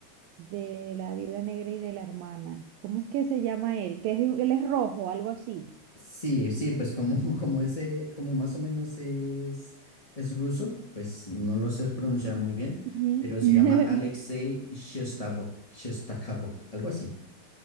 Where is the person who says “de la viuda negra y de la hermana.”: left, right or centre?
Right